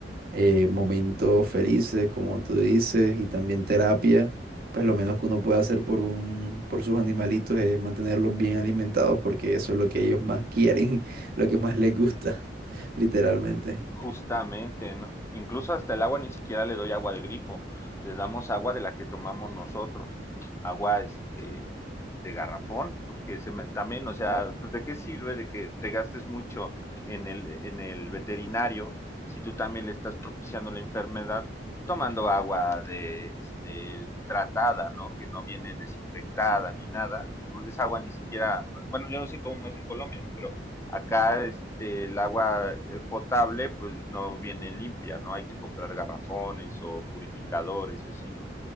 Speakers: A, on the right (about 55°); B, on the left (about 15°).
A: eh, momentos felices, como tú dices, y también terapia, pues lo menos que uno puede hacer por un, por sus animalitos es mantenerlos bien alimentados, porque eso es lo que ellos más quieren, <laughs> lo que más les gusta, <laughs> literalmente.
B: Justamente, ¿no? Incluso hasta el agua ni siquiera le doy agua de grifo, les damos agua de la que tomamos nosotros, agua este de garrafón, porque se me- también, o sea, pues de qué sirve de que te gastes mucho en el, en el veterinario si tú también le estás propiciando la enfermedad tomando agua de este tratada, ¿no? Que no viene desinfectada ni nada, pues esa agua ni siquiera, bueno, yo no sé cómo es en Colombia, ¿no? Pero Acá este, el agua eh, potable pues no viene limpia, ¿no? Hay que comprar garrafones o purificadores y así, ¿no?